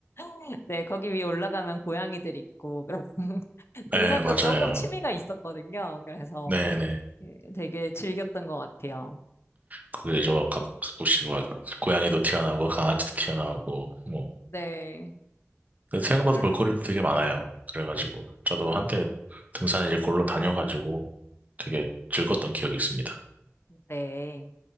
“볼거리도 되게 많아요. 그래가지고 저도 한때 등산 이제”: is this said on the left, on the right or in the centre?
Right